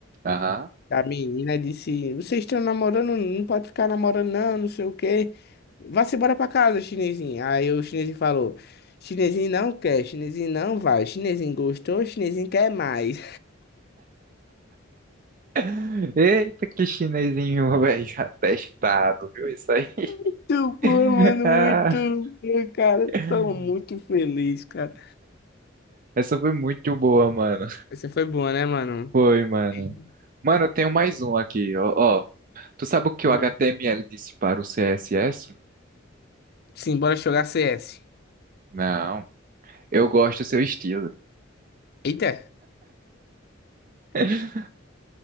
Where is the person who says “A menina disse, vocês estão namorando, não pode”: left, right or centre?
Left